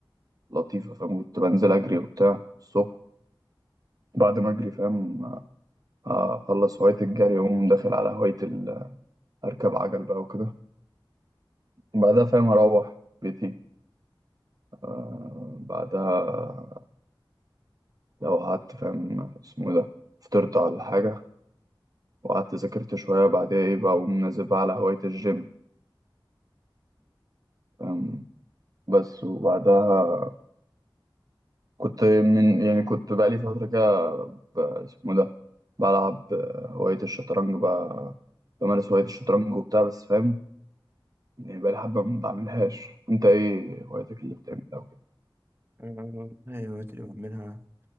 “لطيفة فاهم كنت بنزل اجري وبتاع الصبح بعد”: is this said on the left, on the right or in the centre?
Right